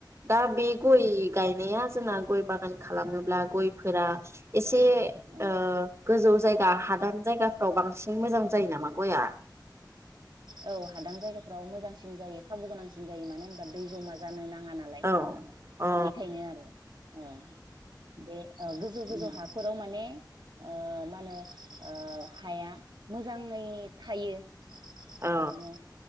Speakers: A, on the right; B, on the right.
A: दा बिख गय गायनाय आजोना गय बागान खालामोब्ला गयफोरा एसे
B: औ
A: ओ गोजौ जायगा हादान जायगाफ्राव बांसिन मोजां जायो नामा गया?
B: औ हादान जायगाफ्राव मोजांसिन जायो खाबु गोनांसिन जायो मानो होनबा दै जमा जानो ना ङा नालाय
A: औ अ
B: बेनिखायनो आरो औ बे गोजौ गोजौ
A: उम
B: हाफोराव माने ओ मानो ओ हाया मोजाङै थायो।
A: औ
B: बिदिनो